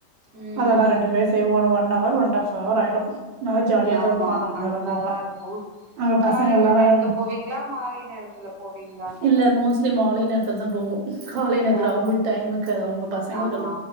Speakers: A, on the right; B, on the right.
A: ம்
B: அதெல்லாம்
A: ம்
B: ரெண்டு பேர் செய்வோம் one hour one and half hour ஆயிடு நல்லா ஜாலியா
A: ஆமா
B: தா இருக்கு ஆனா அங்கெல்லாம்
A: நல்லா
B: போனா
A: இருக்கு
B: அங்க
A: காலையில
B: பசங்கள் எல்லாம்
A: நேரத்துல
B: வேற
A: போவீங்களா மாலை நேரத்துல போவீங்களா
B: இல்ல மோஸ்லி மாலை நேரத்துல தா போவோம் காலை நேரத்துல
A: ஆ
B: அவுங்களுக்கு டைமுக்கு அது அவங்க பசங்களுக்குல்லா
A: ஆமா